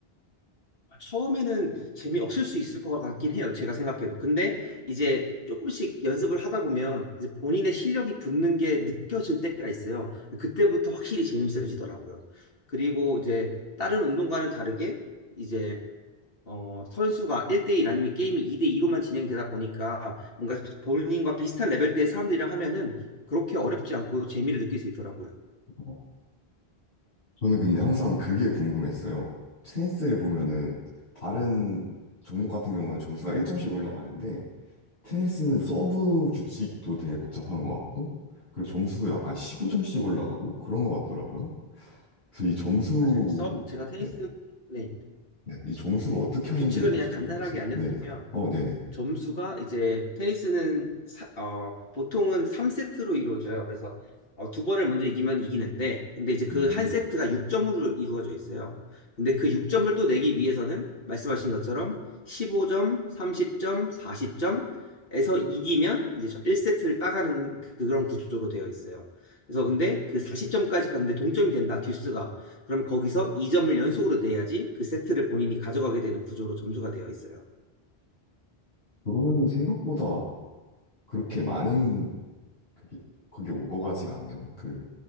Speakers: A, on the left; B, on the left.
A: 아, 처음에는 재미없을 수 있을 것 같긴 해요. 제가 생각해도. 근데 이제 조금씩 연습을 하다 보면 이제 본인의 실력이 붙는 게 느껴질 때가 있어요. 그때부터 확실히 재밌어지더라고요. 그리고 이제 다른 운동과는 다르게 이제 어, 선수가 1대1 아니면 게임이 2대2로만 진행되다 보니까 뭔가 본인과 비슷한 레벨대의 사람들이랑 하면은 그렇게 어렵지 않고 재미를 느낄 수 있더라고요.
B: 어, 저는 근데 항상 그게 궁금했어요. 테니스를 보면은 다른 종목 같은 경우는 점수가 1점씩 올라가는데 테니스는 서브 규칙도 되게 복잡한 것 같고 그리고 점수도 약간 15점씩 올라가고 그런 것 같더라고요. 그래서 이 점수
A: 맞아요. 서브, 제가 테니스,
B: 네.
A: 네.
B: 네, 이 점수를 어떻게 하는지를
A: 규칙을 그냥
B: 잘
A: 간단하게
B: 모르겠어요.
A: 알려드리면
B: 네네. 어, 네네.
A: 점수가 이제 테니스는 사- 어, 보통은 3세트로 이루어져요. 그래서 어, 두 번을 먼저 이기면 이기는데 근데 이제 그
B: 음,
A: 한 세트가 6점으로 이루어져 있어요. 근데 그 6점을 또 내기 위해서는 말씀하신 것처럼 15점, 30점, 40점에서 이기면 이제 1세트를 따가는 그런 구조로 되어 있어요. 그래서 근데 그 40점까지 갔는데 동점이 된다, 듀스가. 그럼 거기서 2점을 연속으로 내야지 그 세트를 본인이 가져가게 되는 구조로 점수가 되어 있어요.
B: 그러면 생각보다 그렇게 많은 그게 그게 오거가지가 않네요. 그